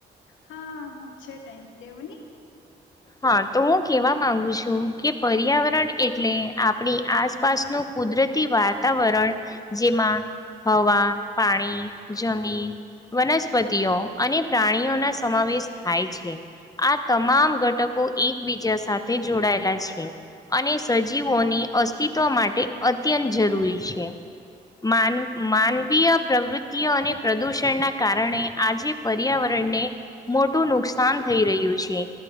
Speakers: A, on the left; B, on the left.
A: હા હા છે ટાઈમ કેવો ને.
B: હા તો હું કેવા માંગુ છું કે પર્યાવરણ એટલે આપણી આસપાસ નું કુદરત. વાતાવરણ જેમાં. હવા પાણી જમીન વનસ્પતિઓ અને પ્રાણીઓના સમાવે. શ થાય છે આ તમામ ઘટકો. એકબીજા સાથે જોડાયેલા છે અને સજીવોની અસ્તિત્વ માટે અ. અત્યંત જરૂરી છે. માન માનવીય પ્રવૃત્તિઓ અને પ્રદૂષણના કારણે આજે પર્યાવરણ. ને મોટું નુકસાન થઈ રહ્યું છે.